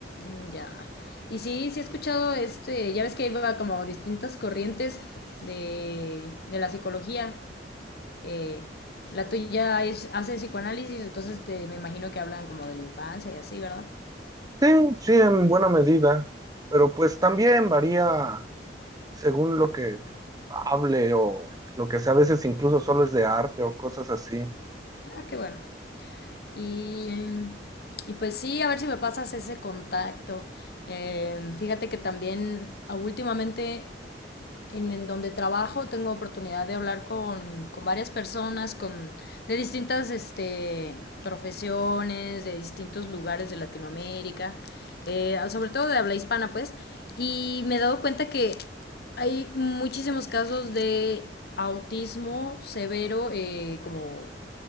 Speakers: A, on the left; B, on the right.
A: Mm, Ya. Y sí, sí he escuchado este, ya ves que hay va- como distintas corrientes de, de la psicología. Eh, la tuya es, hace psicoanálisis, entonces te, me imagino que hablan como de la infancia y así, ¿verdad?
B: Sí, sí, en buena medida. Pero pues también varía según lo que hable o lo que sea. A veces incluso solo es de arte o cosas así.
A: Ah, qué bueno. Y, y pues sí, a ver si me pasas ese contacto. Eh, fíjate que también ah, últimamente en, en donde trabajo tengo oportunidad de hablar con, con varias personas con, de distintas este, profesiones, de distintos lugares de Latinoamérica, eh, sobre todo de habla hispana, pues, y me he dado cuenta que hay muchísimos casos de autismo severo, eh, como,